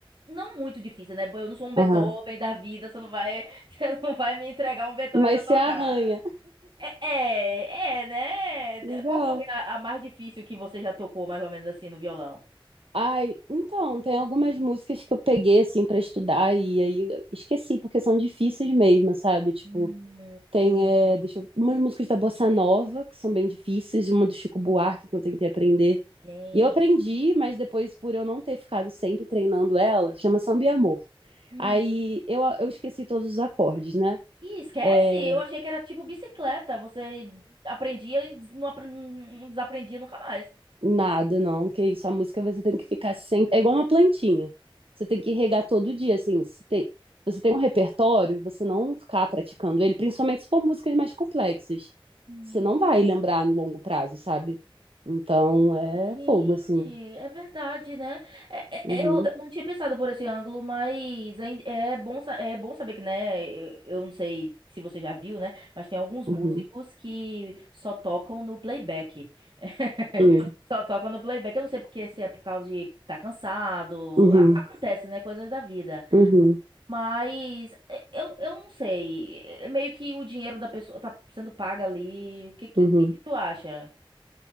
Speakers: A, on the right; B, on the right.
A: Não muito difícil, né? Eu não sou um Beethoven
B: Aham.
A: da vida, você não vai, <laughs> você não vai me entregar um Beethoven
B: Mas
A: pra eu tocar.
B: você arranha.
A: É, é, é,
B: Legal.
A: né? Qual foi a, a mais difícil que você já tocou, mais ou menos assim, no violão?
B: Ai, então, tem algumas músicas que eu peguei, assim, pra estudar e aí eu esqueci, porque são difíceis mesmo, sabe? Tipo,
A: Hum,
B: tem, é, deixa eu... umas músicas da Bossa Nova, que são bem difíceis, uma do Chico Buarque, que eu tentei aprender.
A: gente.
B: E eu aprendi, mas depois, por eu não ter ficado sempre treinando ela, chama Samba e Amor.
A: Hum.
B: Aí eu, eu esqueci todos os acordes, né?
A: Ih, esquece!
B: É,
A: Eu achei que era tipo bicicleta. Você aprendia e não, apre- não desaprendia nunca mais.
B: Nada, não, que isso. A música você tem que ficar sempre. É igual uma plantinha. Você tem que regar todo dia, assim. Se tem... Você tem um repertório, você não ficar praticando ele, principalmente se for músicas mais complexas.
A: Hum.
B: Você não vai lembrar no longo prazo, sabe? Então é
A: Gente,
B: fogo, assim.
A: é verdade, né? É- é-
B: Uhum,
A: é, eu, eu não tinha pensado por esse ângulo, mas é, in- é bom, sa- é bom saber que, né? Eu, eu não sei se você já viu, né? Mas tem alguns
B: uhum,
A: músicos que só tocam no playback. <laughs>
B: sim,
A: Só tocam no playback. Eu não sei porque se é por causa de tá cansado.
B: uhum,
A: A- Acontece, né? Coisas da vida.
B: uhum,
A: Mas é, eu, eu não sei. É meio que o dinheiro da pessoa tá sendo paga ali. O que, que,
B: uhum.
A: que que tu acha?